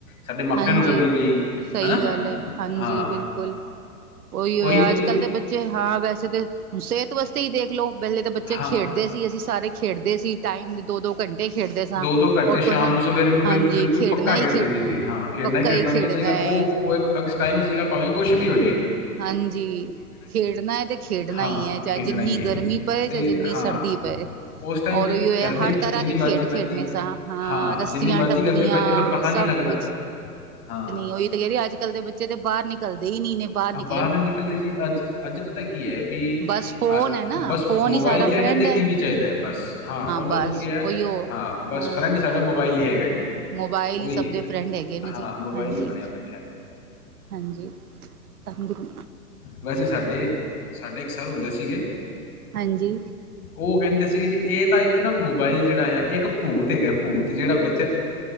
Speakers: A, on the left; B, on the right.
A: ਸਾਡੇ ਮਾਪਿਆਂ
B: ਹਾਂਜੀ,
A: ਨੂੰ ਕਰਨੀ ਪਈ,
B: ਸਹੀ
A: ਹਨਾ?
B: ਗੱਲ ਹੈ ਹਾਂਜੀ
A: ਹਾਂ,
B: ਬਿਲਕੁਲ ਉਹੀਓ
A: ਉਹੀ
B: ਹੋਇਆ
A: ਹੈ ਨਾ
B: ਅੱਜ
A: ਵੀ
B: ਕੱਲ ਦੇ ਬੱਚੇ ਹਾਂ, ਵੈਸੇ ਤੇ ਸਿਹਤ ਵਸ ਹੀ ਦੇਖ ਲਓ ਪਹਿਲੇ ਤਾਂ ਬੱਚੇ
A: ਹਾਂ,
B: ਖੇਡਦੇ ਸੀ ਅਸੀਂ ਸਾਰੇ ਖੇਡਦੇ ਸੀ ਟਾਈਮ ਦੋ- ਦੋ ਘੰਟੇ ਖੇਡਦੇ ਸਾਂ
A: ਦੋ- ਦੋ ਘੰਟੇ
B: ਔਰ ਕੋ
A: ਸ਼ਾਮ
B: ਸਾਨੂੰ
A: ਨੂੰ ਸਵੇਰੇ ਨੂੰ
B: ਹਾਂਜੀ
A: ਬਿਲੁ ਬਿਲਕੁਲ
B: ਖੇਡਣਾ
A: ਪੱਕਾ ਖੇਡਦੇ
B: ਹੀ ਖੇਡਣਾ
A: ਸੀਗੇ
B: ਹੈ
A: ਹਾਂ ਖੇਡਣਾ
B: ਪੱਕਾ
A: ਹੀ ਖੇਡਣਾ ਹੁੰਦਾ ਸੀਗਾ
B: ਹੈ।
A: ਉਹ- ਉਹ ਇੱਕ ਫਿਕਸ ਟਾਇਮ ਸੀਗਾ ਭਾਵੇਂ ਕੁਛ ਵੀ ਹੋਜੇ
B: ਹਾਂਜੀ, ਖੇਡਣਾ ਏ ਤੇ ਖੇਡਣਾ
A: ਹਾਂ
B: ਹੀ ਐ। ਚਾਹੇ
A: ਖੇਡਣਾ
B: ਜਿੰਨੀ
A: ਹੀ ਹੈ
B: ਗਰਮੀ ਪਏ।
A: ਤੇ
B: ਚਾਏ ਜਿੰਨੀ
A: ਹਾਂ
B: ਸੜਦੀ ਪਏ।
A: ਉਸ ਟਾਈਮ
B: ਔਰ
A: ਜੀ
B: ਔਹੀਔ ਹੋਯਾ
A: ਗਰਮੀ
B: ਹਰ
A: ਕਿ-
B: ਤਰ੍ਹਾਂ
A: ਜਿੰਨੀ
B: ਦੇ ਖੇਡ
A: ਮਰਜ਼ੀ
B: ਖੇਡਣੇ
A: ਪੈਂਦੀ
B: ਸਾ ਹਾਂ, ਰੱਸੀਆਂ
A: ਜਿੰਨੀ ਮਰਜ਼ੀ
B: ਟੱਪਣੀਆਂ।
A: ਗਰਮੀ ਪੈਂਦੀ ਪਰ ਪਤਾ ਨਹੀਂ
B: ਸਭ
A: ਲੱਗਦਾ
B: ਕੁਛ।
A: ਹਾਂ।
B: ਓਹੀ ਤੇ ਕੈ ਰੀਆ, ਅੱਜ-ਕੱਲ ਦੇ ਬੱਚੇ ਤਾਂ ਬਾਰ ਨਿਕਲਦੇ ਈ ਨੀ ਨੇ, ਬਾਰ ਨਿਕ
A: ਬਾਰ ਨੀ ਨਿਕਲਦੇ ਜੀ, ਅੱਜ ਅੱਜ ਪਤਾ ਕੀ ਹੈ ਬੀ
B: ਬਸ ਫੋਨ
A: ਅ
B: ਹੈ ਨਾ
A: ਬਸ
B: ਫੋਨ
A: ਮੋਬਾਈਲ
B: ਹੀ ਸਾਰਾ
A: ਚਾਈਦੈ
B: ਫਰੈਂਡ
A: ਤੇ
B: ਹੈ
A: ਟੀ ਵੀ ਚਾਈਦੈ। ਬਸ ਹਾਂ ਓਨਾਂ
B: ਬਸ
A: ਨੂੰ ਕੀਐ
B: ਉਹੀਓ
A: ਹਾਂ, ਬਸ
B: ਹਾਂ
A: ਫਰੈਂਡ ਸਾਡਾ ਮੋਬਾਈਲ ਈ ਹੈਗਾ ਜੀ।
B: ਮੋਬਾਇਲ
A: ਓਹੀ
B: ਹੀ ਸਭ
A: ਹੈਗੈ।
B: ਦੇ ਫਰੈਂਡ ਹੈਗੇ ਨੇ ਜੀ
A: ਹਾਂ, ਮੋਬਾਇਲ
B: ਹਾਂਜੀ
A: ਹੀ ਬਣਿਆ ਬੈਠੈ।
B: ਹਾਂਜੀ, ਅੰਦਰੂ
A: ਵੈਸੇ ਸਾਡੇ ਸਾਡੇ ਇੱਕ ਸਰ ਹੁੰਦੇ ਸੀਗੇ।
B: ਹਾਂਜੀ।
A: ਓਹ ਕੈੰਦੇ ਸੀਗੇ, ਜੀ ਏ ਤਾਂ ਇੱਕ ਨਾ ਮੋਬਾਇਲ ਜੇੜਾ ਆ ਏ ਇੱਕ ਭੂਤ ਹੈਗਾ ਭੂਤ, ਜੇੜਾ ਬੱ